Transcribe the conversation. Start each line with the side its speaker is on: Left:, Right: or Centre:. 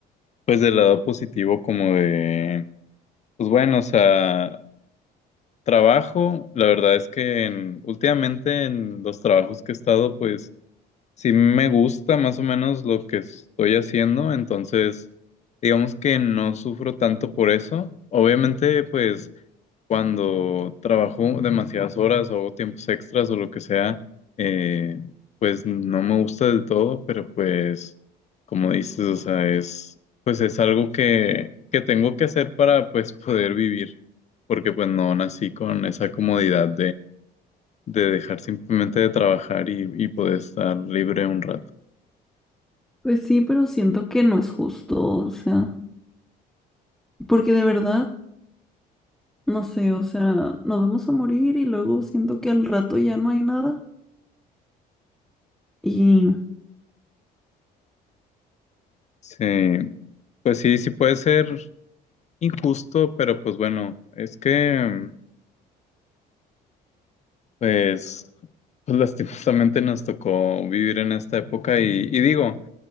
Left: pues del lado positivo como de Pues bueno, o sea, trabajo, la verdad es que en- últimamente en los trabajos que he estado, pues Sí me gusta más o menos lo que estoy haciendo, entonces digamos que no sufro tanto por eso. Obviamente, pues cuando trabajo demasiadas horas o hago tiempos extras o lo que sea, eh, pues no me gusta del todo, pero pues como dices, o sea, es pues es algo que, que tengo que hacer para pues poder vivir, porque pues no nací con esa comodidad de dejar simplemente de trabajar y, y poder estar libre un rato.
Centre: Pues sí, pero siento que no es justo, o sea, porque de verdad, no sé, o sea, nos vamos a morir y luego siento que al rato ya no hay nada. Y
Left: Sí, pues sí, sí puede ser injusto, pero pues bueno, es que... mm, Pues, pues lastimosamente nos tocó vivir en esta época y, y digo,